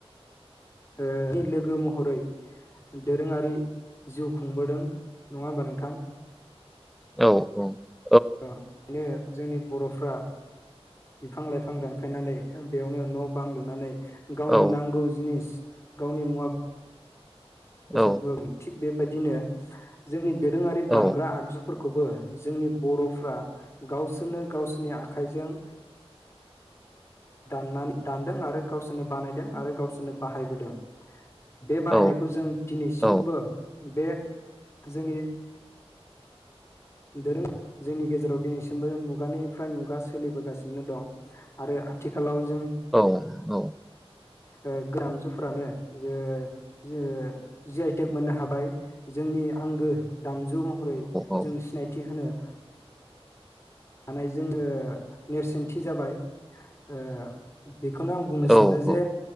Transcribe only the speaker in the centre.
औ औ ।
औ
औ
औ
औ
औ
औ औ।
औ
औ
औ